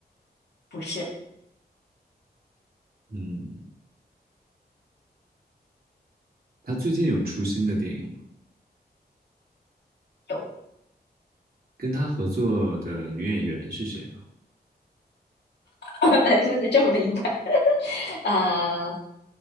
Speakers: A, on the left (about 80°); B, on the right (about 60°).
A: 不是
B: 嗯，他最近有出新的电影吗？
A: 有，
B: 跟他合作的女演员是谁啊？
A: <laughs> 问的这么明白，<laughs> 呃，